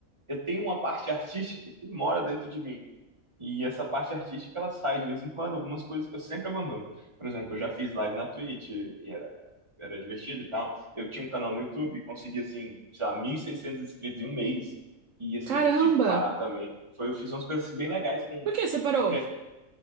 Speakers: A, on the right; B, on the right.
A: eu tenho uma parte artística que mora dentro de mim. E essa parte artística, ela sai de vez em quando, algumas coisas que eu sempre abandono. Por exemplo, eu já fiz live na Twitch e era, era divertido e tal. Eu tinha um canal no YouTube, consegui, assim, sei lá, 1.600 inscritos em um mês. E, assim,
B: Caramba.
A: tive que parar também. Foi, eu fiz umas coisas assim, bem legais com...
B: Por que você parou?
A: com cria-